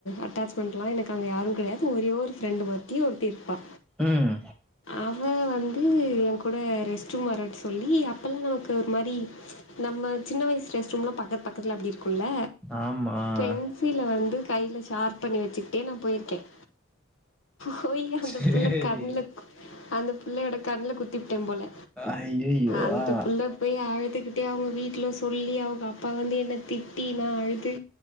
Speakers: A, on the left (about 65°); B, in the centre.
A: அட்டாச்மெண்ட்லா எனக்கு அங்க யாரு கெடையாது எனக்கு ஒரே ஒரு ஃப்ரெண்ட் மத்தி ஒருத்தி இருப்பா
B: ம்
A: அவ வந் அது ஏங்கூட ரெஸ்ட் ரூம் வரன்ன சொல்லி அப்பல்லா நமக்கு ஒரு மாறி நம்ம சின்ன வயசு ரெஸ்ட்ரூம் எல்லா பக்கத்து பக்கத்துல அப்டி இருக்கும்ல்ல
B: ஆமாம்
A: பென்சில வந்து கையில ஷார்ப் பண்ணி வச்சுக்கிட்டே நா போயிருக்கேன் போய் அந்த
B: சரி
A: பிள்ள கண்ல குத் அந்த பிள்ளையோட கண்ல குத்திபுட்டே போல
B: ஐயோ
A: அந்த
B: ஆ
A: புள்ள போய் அழுதுக்கிட்டே அவங்க வீட்ல சொல்லி அவங்க அப்பா வந்து என்னை திட்டி நா அழு து